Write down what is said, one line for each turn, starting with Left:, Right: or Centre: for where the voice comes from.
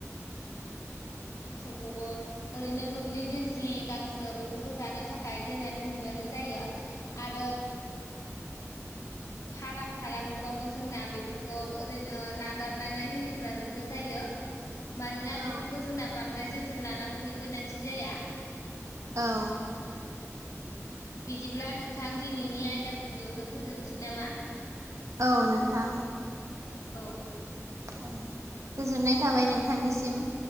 Left: मोसौखौबो ओरैनो दुब्लिनि जि गांसो बेफोरखौ जानो थाखाय दोना दोनहैबानो जायो आरो फ्राम खालामोबाबो जोंना बेफोरखौ ओरैनो नागारनानै होयोब्लाबो जायो मानोना
Right: औ
Left: बेफोरखौ जोंना बांद्राय जोथोन लानांगौनि गोनांथि जाया
Right: औ
Left: बिदिब्ला नोंथां दिनैनि आयदाखौ बेयावनो फोजोबसै नामा
Right: औ नोंथां
Left: औ
Right: औ गोजोननाय थाबाय नोंथांनिसिम